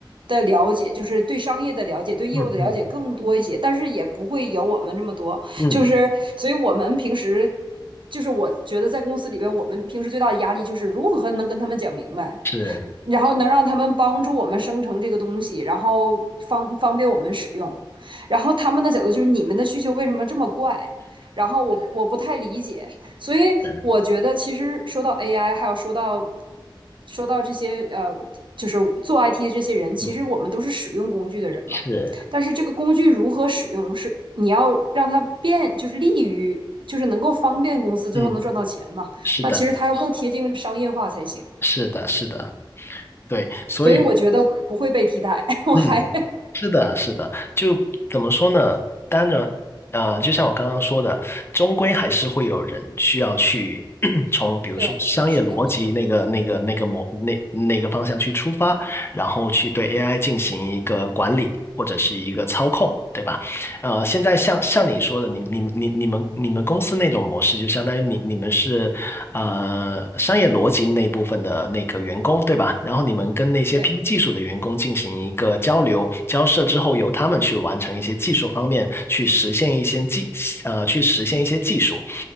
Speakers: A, on the right; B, on the left.
A: 的了解，就是对商业的了解，对业务的了解更多一些，
B: 嗯嗯
A: 但是也不会有我们这么多。
B: 嗯，
A: 就是，所以我们平时就是我觉得在公司里边，我们平时最大的压力就是如何能跟他们讲明白。
B: 是
A: 然后能让他们帮助我们生成这个东西，然后方方便我们使用。然后他们的角度就是你们的需求为什么这么怪？然后我我不太理解，所以我觉得其实说到
B: 的，
A: AI，还有说到说到这些呃，就是做 IT 的这些人，其实我们都是使用工具的人嘛。
B: 嗯是
A: 但是这个工具如何使用，是你要让它变，就是利于，就是能够方便公司最后能赚到钱嘛。
B: 嗯是的，
A: 那其实它要更贴近商业化才行。
B: 是的，是的，对，所以。
A: 所以我觉得不会被替代，<laughs> 我还
B: 嗯。是的，是的，就怎么说呢？当然，啊，就像我刚刚说的，终归还是会有人需要去 <clears throat> 从，比如说商业逻辑那个、
A: 对使用它，
B: 那个、那个模、那那个方向去出发，然后去对 AI 进行一个管理或者是一个操控，对吧？呃，现在像像你说的，你你你你们你们公司那种模式，就相当于你你们是呃商业逻辑那部分的那个员工，对吧？然后你们跟那些偏技术的员工进行一个交流交涉之后，
A: 对
B: 由他们去完成一些技术方面去实现一些技呃去实现一些技术。